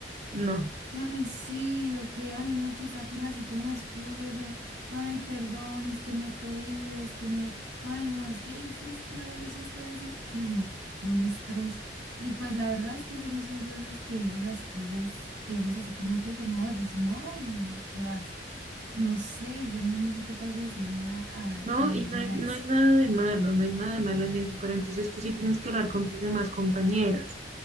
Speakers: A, on the right; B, on the right.
A: No,
B: Ay, sí, o que, ay, no, que saquen así como excusas de, ay, perdón, es que no he podido, es que no he, ay, no, es que eso es, mejor dicho, estoy así, Dios mío, con un estrés. Y pues la verdad es que yo no soy de esas que digo las cosas, digamos así como tú, como, oye, si no, mm, te vas. No sé, yo no, no soy capaz de decirle a, a,
A: no,
B: a
A: y
B: ella
A: no hay, no
B: eso.
A: hay nada de malo, no hay nada de malo en eso, pero entonces tú sí tienes que hablar con tus demás compañeras,